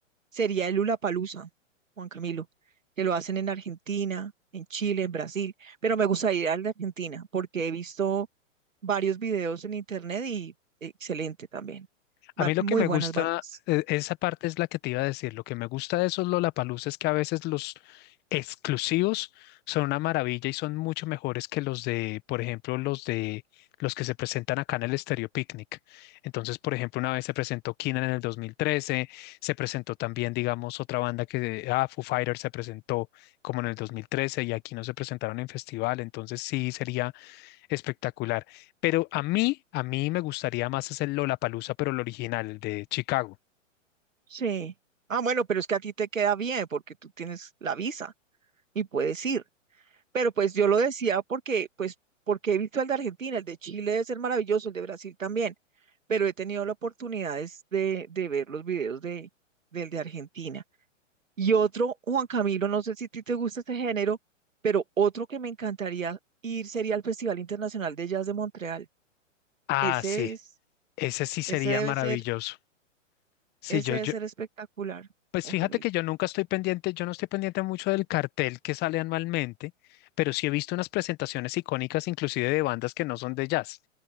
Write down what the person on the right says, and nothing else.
sería el Lollapalooza, Juan Camilo, que lo hacen en Argentina, en Chile, en Brasil, pero me gusta ir al de Argentina, porque he visto varios videos en internet y excelente también.
Van
muy
buenas
bandas.
Sí. Ah, bueno, pero es que a ti te queda bien porque tú tienes la visa y puedes ir. Pero pues yo lo decía porque, pues, porque he visto el de Argentina, el de Chile debe ser maravilloso, el de Brasil también, pero he tenido la oportunidad es de, de ver los videos de, del de Argentina. Y otro, Juan Camilo, no sé si a ti te gusta este género, pero otro que me encantaría ir sería al Festival Internacional de Jazz de Montreal.
Ese
es,
ese debe
ser,
ese
debe
ser espectacular,
Juan
Camilo.